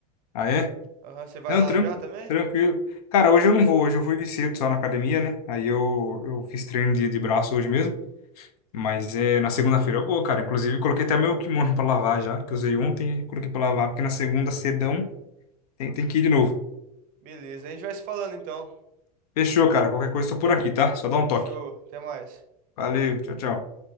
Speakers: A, on the left; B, on the right.
A: Ah, é?
B: Aham, você vai
A: Não,
B: lá
A: tran-
B: já também?
A: tranquilo. Cara, hoje eu não vou, hoje eu fui cedo só na academia, né? Aí eu, eu fiz treino de, de braço hoje mesmo. Mas é na segunda-feira eu vou, cara. Inclusive, coloquei até meu kimono pra lavar já, que eu usei ontem e coloquei pra lavar, porque na segunda, cedão, tem, tem que ir de novo.
B: Beleza, a gente vai se falando então.
A: Fechou, cara. Qualquer coisa, eu tô por aqui, tá? Só dá um
B: Fechou,
A: toque.
B: até mais.
A: Valeu, tchau, tchau.